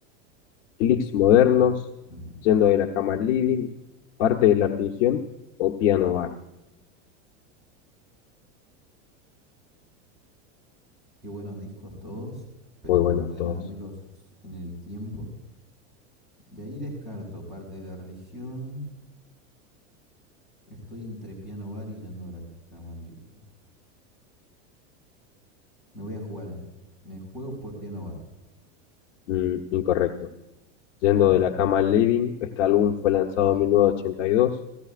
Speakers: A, on the left; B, in the centre.
A: ¿Clics modernos,
B: Ujú.
A: yendo de la cama al living, parte de la religión o piano bar?
B: Qué buenos discos todos, pero
A: Muy
B: bueno,
A: buenos
B: ordenarlos
A: todos.
B: en el tiempo. De ahí descarto parte de la religión. Estoy entre piano bar y yendo a la cama al living. Me voy a jugar, ¿eh? Me juego por piano bar.
A: Mm, incorrecto. Yendo
B: Ah,
A: de la cama al living, este álbum fue lanzado
B: mira
A: en
B: vos.
A: mil novecientos ochenta y dos